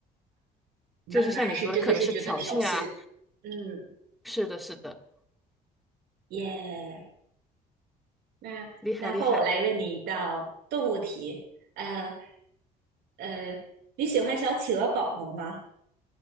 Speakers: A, on the right; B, in the centre.
A: 那可能还是真的是觉得挑衅。
B: 就是像你说的，可能是挑衅啊。
A: 嗯，
B: 是的，是的，
A: 耶、那那换我来问你一道动物题，
B: 厉害厉害。
A: 呃呃，你喜欢小企鹅宝宝吗？